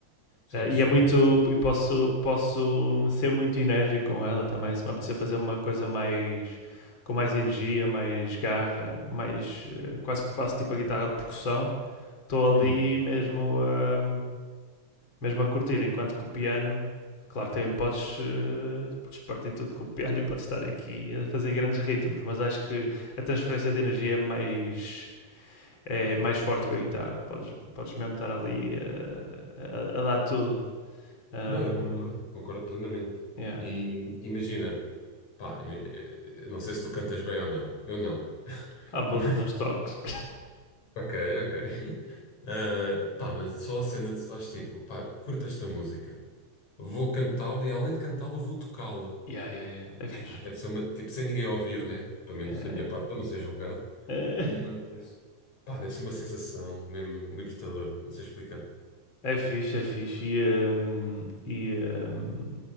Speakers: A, on the left (about 70°); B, on the left (about 40°).
A: Só
B: eh,
A: de
B: e
A: chill.
B: é muito. E posso, posso hum, ser muito enérgico com ela também. Se me apetecer fazer uma coisa mais. com mais energia, mais garra, mais. eh, quase que faço tipo a guitarra de percussão estou ali
A: Uhum.
B: mesmo a, mesmo a curtir, enquanto que o piano, claro, também podes, eh, podes partir tudo com o piano e podes estar aqui a fazer grandes ritmos, mas acho que a transferência de energia é mais, é mais forte com a guitarra, podes, podes mesmo estar ali eh, a, a dar tudo. Um,
A: Não, eu concordo, concordo plenamente.
B: yeah.
A: E imagina, pá, eh, eh, não sei se tu cantas bem ou não. Eu não. <laughs>
B: Pá, vou
A: Mas-
B: dando uns toques.
A: Ok, ok. <laughs> Ah, pá, mas só a cena de tu estás tipo, pá, curto esta música. Vou cantá-la e além de cantá-la, vou tocá-la.
B: Yeah, yeah, yeah. yeah. É fixe.
A: Epá, deve ser uma, tipo, sem ninguém ouvir, né? Pelo menos
B: Yeah.
A: da minha parte, para não ser julgado.
B: Eh,
A: Meu Deus. Pá, deve ser uma sensação mesmo libertadora, não sei explicar.
B: É fixe, é fixe. E, hum, e, hum,